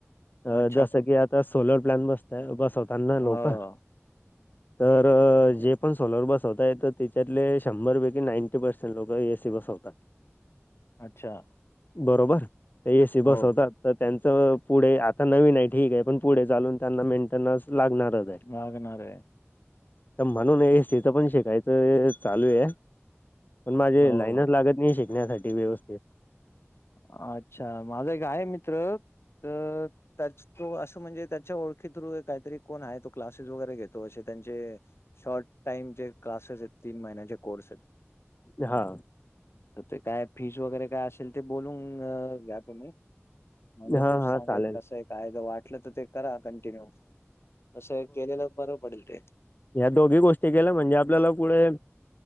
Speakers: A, on the left (about 60°); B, on the left (about 40°).
A: अच्छा
B: अ जसं
A: कु
B: की आता सोलर प्लॅन बसतय बसवताना
A: हो.
B: लोकं. तरं जे पण सोलर बसवता येत त्याच्यातले शंभरपैकी नाईंटी पर्सेंट लोकं ए. सी. बसवतात. <inaudible>
A: अच्छा!
B: बरोबर, ते ए. सी.
A: हो
B: बसवतात. तर त्यांचं पुढे आता नवीन आहे ठीक आहे पण पुढे चालून त्यांना मेंटेनन्स लागणारच. आहे
A: लागणार आहे.
B: तर म्हणून ए. सी. च पण शिकायचं चालू आहे. पण माझे
A: हो.
B: लाईनच लागत नाही शिकण्यासाठी व्यवस्थित.
A: अच्छा! माझा एक आहे मित्र तर त्याच तो असं म्हणजे त्याच्या ओळखी थ्रू काहीतरी कोण आहे तो क्लासेस वगैरे घेतो असे त्यांचे. शॉर्ट टाइम जे क्लासेस आहेत तीन महिन्याचे कोर्स आहेत.
B: हा.
A: ते काय फीज वगैरे काय असेल ते बोलून घ्या तुम्ही. म्हणजे
B: हा
A: तूच
B: हा
A: सांगेल
B: चालेल
A: तसे. कायदा वाटलं तर ते करा कंटिन्यू, असं केलेलं बरं पडेल ते.
B: या दोघी गोष्टी केल्या म्हणजे आपल्याला पुढे